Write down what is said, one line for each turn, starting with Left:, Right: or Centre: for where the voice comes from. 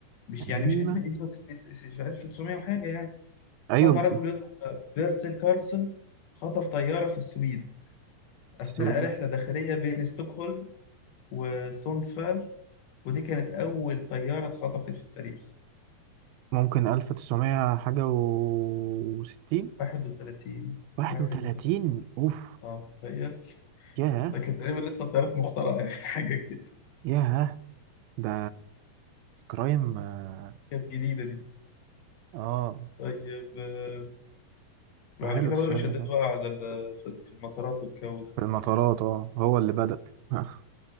Left: مش
Right: قديمة
Left: يعني مش قديمة قديمة بس تس- تس- في 1900 وحاجة يعني
Right: أيوة
Left: قام رجل يدعى بيرتل كارلسون خطف طيارة في السويد أثناء
Right: السويد
Left: رحلة داخلية بين ستوكهولم وسونسفال ودي كانت أول طيارة اتخطفت في التاريخ
Right: ممكن ألف تسعمية حاجة وستين
Left: 31
Right: واحد
Left: 31
Right: وتلاتين أوف
Left: اه تخيل
Right: ياه
Left: ده كانت تقريبا لسه الطيارات مخترعة <laughs> يعني حاجة كده
Right: ياه ده كرايم آه
Left: كانت جديدة دي
Right: آه،
Left: طيب آه، بعد
Right: حلو
Left: كده
Right: السؤال
Left: بدأوا يشددوا
Right: ده
Left: بقى على ال- في ال- في المطارات والجو ده
Right: في المطارات اه هو اللي بدأ <laughs>